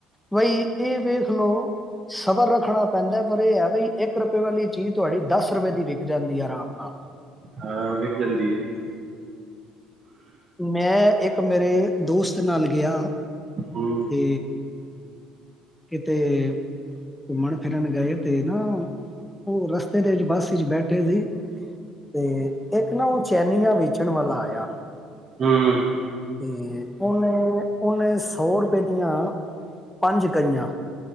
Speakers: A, in the centre; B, on the right (about 35°).
A: ਬਈ ਇਹ ਵੇਖ ਲਓ ਸਬਰ ਰੱਖਣਾ ਪੈਂਦਾ ਪਰ ਇਹ ਹੈ ਬ ਇੱਕ ਰੁਪਏ ਵਾਲੀ ਚੀਜ਼ ਤੁਹਾਡੀ ਦਸ ਰੁਪਏ ਵਿਕ ਜਾਂਦੀ ਆ ਆਰਾਮ ਨਾਲ
B: ਹਾਂ ਵਿਕ ਜਾਂਦੀ ਹੈ
A: ਮੈਂ ਇੱਕ ਮੇਰੇ ਦੋਸਤ ਨਾਲ ਗਿਆ
B: ਹੂੰ
A: ਤੇ ਕਿਤੇ ਘੁੰਮਣ ਫਿਰਨ ਗਏ ਤੇ ਨਾ ਉਹ ਰਸਤੇ ਦੇ ਵਿੱਚ ਬੱਸ ਵਿੱਚ ਬੈਠੇ ਸੀ ਤੇ ਇੱਕ ਨਾ ਉਹ ਚੈਨੀਆਂ ਵੇਚਣ ਵਾਲਾ ਆਇਆ
B: ਹੂੰ
A: ਤੇ ਉਹਨੇ ਉਹਨੇ ਸੌ ਰੁਪਏ ਦੀਆਂ ਪੰਜ ਕਈਆਂ